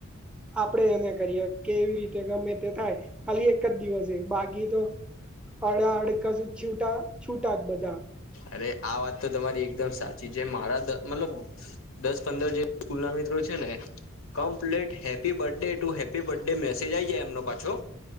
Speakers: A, in the centre; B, on the left.
A: આપડે એને કરીએે કે એવી રીતે ગમે તે થાય ખાલી એક જ દિવસ બાકી તો અડા અડકા સુ છૂટા છૂટા જ બધા
B: અરે આ વાત તો તમારી એકદમ સાચી છે મારા મતલબ દસ પંદર જે સ્કૂલ ના મિત્રો છે ને complete happy birthday to happy birthday message આ આવી જાય એમનો પાછો